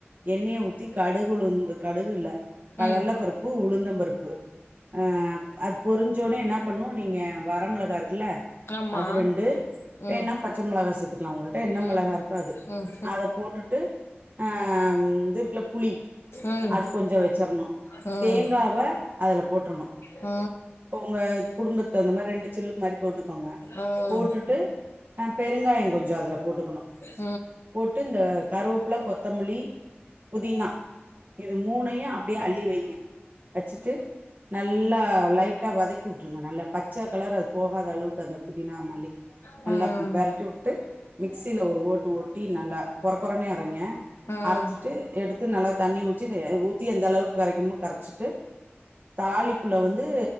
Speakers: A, on the right (about 45°); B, on the left (about 80°).
A: எண்ணய ஊத்தி கடுகுளுந் கடுகுல கலல
B: ம்.
A: பருப்பு உளுந்த பருப்பு ஆ அது பொரிஞ்சோன்னே என்ன பண்ணு நீங்க வர ர மெளகா இருக்குல்ல
B: ஆமா.
A: அது ரெண்டு வேணா
B: ம்.
A: பச்ச மொளகா சேத்துக் க்லா உங்கள்ட்ட என்ன
B: ம்.
A: மொளகா இருக்கோ அது
B: ம்.
A: அத போட்டுட் அ இதுருக்குல புளி
B: ம்.
A: அது
B: ம்.
A: கொஞ்சோ வச்சற்ணு
B: ம்.
A: தேங்காவ அதுல போட்ருணு
B: ம்.
A: ஒங்க குடும்பத்த இந்த மாரி ரெண்டு சில்லு மாரி போட்டுக்கோங்க
B: ம்.
A: போட்டுட்டு அ பெருங்காயோ கொஞ்சோ அதுல போட்டுக்கணு
B: ம். ம். ம். ம்.
A: போட்டு இந்த கருவப்ல கொத்தமல்லி புதினா இது மூணயு அப்டே அள்ளி வைங்க வச்சுட்டு நல்லா லைட் டா வதக்கி உட்ருங்க நல்ல பச்ச கலர் அது போகாத அளவுக்கு அந்த புதினா மல்லி
B: ம்.
A: நல்லா இப் பெரட்டி உட்டு மிக்சில ஒரு ஓட்டு ஓட்டி நல்லா கொர கொரனே அரைங்க
B: ம்.
A: அரைச்சிட்டு
B: ம்.
A: எடுத் து நல்லா தண்ணி ஊச்சி அ ஊத்தி எந்த அளவுக்கு கரைக்கணுமோ கரைச்சிட்டு தாலிப்புல வந்து